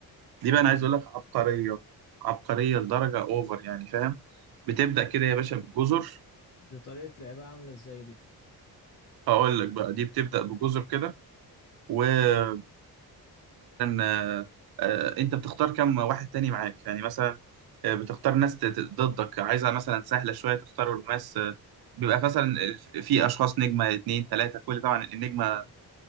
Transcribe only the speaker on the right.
دي بقى انا
عايز اقول لك عبقريه عبقريه لدرجه اوفر يعني فاهم بتبدا كده يا باشا بجزر
اقول لك بقى دي بتبدا بجزر كده ومثلا آه، آه، انت بتختار كم واحد تاني معاك يعني مثلا آه، بتختار ناس تت- ضدك عايزها مثلا سهلة شوية تختار ناس آه، بيبقى مثلا الف- في اشخاص نجمة اتنين تلاتة كل طبعا النجمة